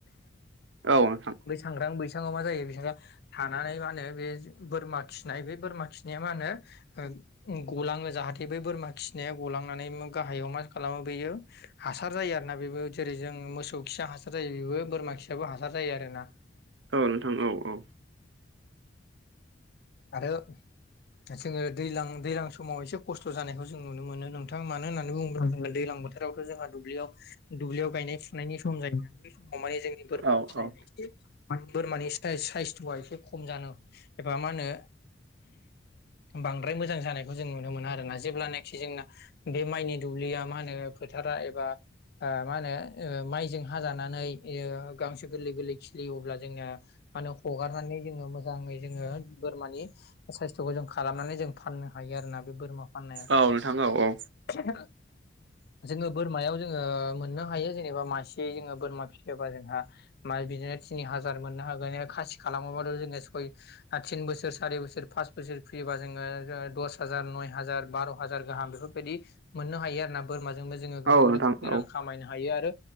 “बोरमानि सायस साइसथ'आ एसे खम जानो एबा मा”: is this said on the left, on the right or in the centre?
Left